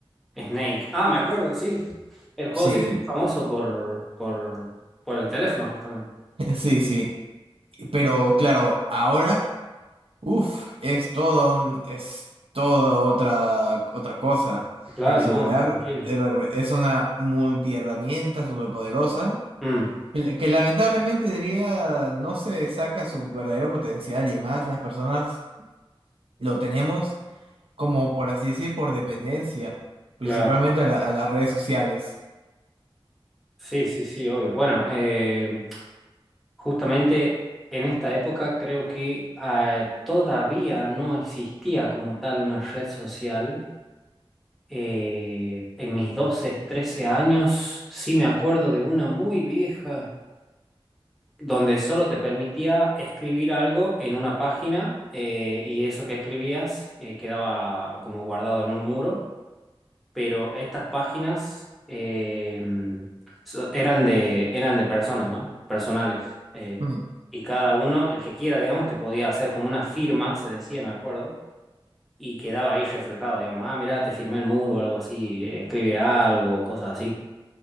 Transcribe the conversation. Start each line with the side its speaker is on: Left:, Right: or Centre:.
Centre: sí. Snake. Ah, me acuerdo, sí. El juego
Right: Sí,
Centre: sí es famoso por, por, por el teléfono, justamente.
Right: <laughs> sí, sí. Pero claro, ahora, uff, es todo un, es toda otra, otra cosa.
Centre: Claro,
Right: El celular
Centre: no, me imagino.
Right: eh, es una multiherramienta superpoderosa
Centre: Mm,
Right: Que, que lamentablemente diría no se saca su verdadero potencial y más las personas lo tenemos como por así decir por dependencia, principalmente
Centre: claro.
Right: a, la- a las redes sociales.
Centre: Sí, sí, sí, obvio. Bueno, eh, justamente en esta época creo que eh, todavía no existía como tal una red social. Eh, en mis 12, 13 años sí me acuerdo de una muy vieja donde solo te permitía escribir algo en una página eh, y eso que escribías eh, quedaba como guardado en un muro. pero estas páginas eh, so- eran de, eran de personas, ¿no? Personales. eh,
Right: Mm,
Centre: y cada uno, el que quiera, digamos, te podía hacer como una firma, se decía, me acuerdo, y quedaba ahí reflejado, digamos, ah, mirá, te firmé el muro, o algo así, eh, escribe algo, cosas así.